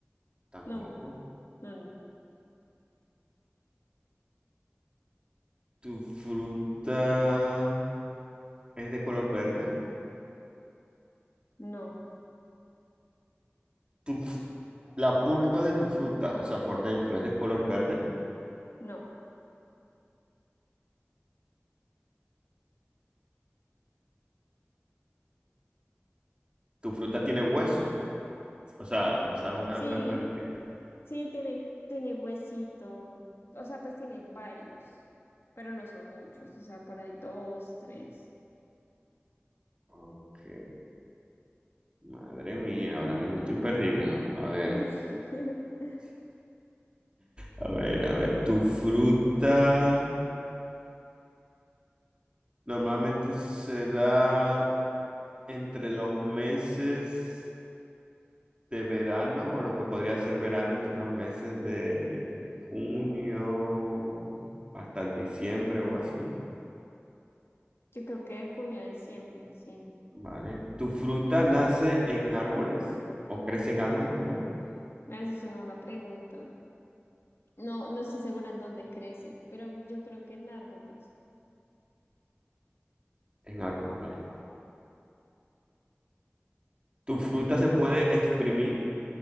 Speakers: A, on the right (about 25°); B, on the left (about 65°).
A: Tampoco.
B: no, no, no,
A: ¿Tu fruta es de color verde?
B: no,
A: ¿Tu f- la pulpa de tu fruta, o sea, por dentro, es de color verde?
B: no.
A: ¿Tu fruta tiene hueso? O sea, ¿sabes a
B: Sí,
A: lo que me refiero?
B: Sí, tiene, tiene huesito. O sea, pues tiene varios, pero no son muchos. O sea, por ahí dos, tres.
A: Ok. Madre mía, ahora mismo estoy perdido. A ver,
B: <laughs>
A: A ver, a ver, tu fruta normalmente se da entre los meses de verano o lo que podría ser verano entre los meses de junio hasta diciembre o así.
B: Yo creo que de junio a diciembre, sí.
A: Vale. ¿Tu fruta nace en árboles o crece en árboles, perdón?
B: Ah, Eso es una buena pregunta. No, no estoy segura en dónde crece, pero yo creo que en árboles.
A: En árboles, vale? Tu fruta se puede exprimir.